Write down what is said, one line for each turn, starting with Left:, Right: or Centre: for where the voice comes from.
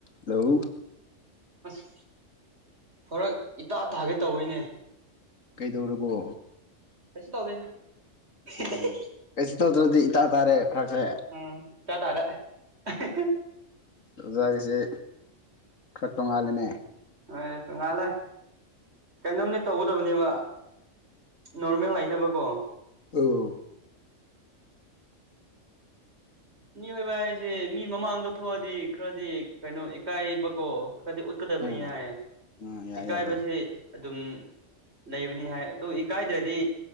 Left: ꯍꯜꯂꯣ
Right: ꯑꯁ ꯐꯣꯔꯛ ꯏꯇꯥ ꯇꯥꯒꯦ ꯇꯧꯋꯤꯅꯦ꯫
Left: ꯀꯩꯗꯧꯔꯕꯣ?
Right: ꯀꯩꯁꯨ ꯇꯧꯗꯦꯗ <unintelligible>
Left: ꯑꯣ ꯀꯩꯁꯨ ꯇꯧꯗ꯭ꯔꯗꯤ ꯏꯇꯥ ꯇꯥꯔꯦ ꯐꯔꯛꯁꯦ꯫
Right: ꯎꯝ ꯏꯇꯥ ꯇꯥꯔꯦ <unintelligible>
Left: ꯑꯁ ꯑꯣꯖꯥꯒꯤꯁꯦ ꯈꯔ ꯇꯣꯡꯉꯥꯜꯂꯦꯅꯦ
Right: ꯍꯣꯏ ꯇꯣꯡꯉꯥꯜꯂꯦ ꯀꯩꯅꯣꯝꯅꯤ ꯇꯧꯒꯗꯕꯅꯦꯕ ꯅꯣꯔꯃꯦꯜ ꯂꯩꯅꯕꯀꯣ
Left: ꯑꯣ
Right: ꯃꯤꯑꯣꯏꯕ ꯍꯥꯏꯁꯦ ꯃꯤ ꯃꯃꯥꯡꯗ ꯊꯣꯛꯑꯗꯤ ꯈꯔꯗꯤ ꯀꯩꯅꯣ ꯏꯀꯥꯏꯕꯀꯣ ꯈꯔꯗꯤ ꯀꯗꯕꯅꯤ
Left: ꯎꯝ
Right: ꯍꯥꯏꯌꯦ
Left: ꯎꯝ ꯌꯥꯏ
Right: ꯏꯀꯥꯏꯕꯁꯦ
Left: ꯌꯥꯏ ꯌꯥꯏ
Right: ꯑꯗꯨꯝ ꯂꯩꯕꯅꯤ ꯍꯥꯏ ꯑꯗꯨ ꯏꯀꯥꯏꯗ꯭ꯔꯗꯤ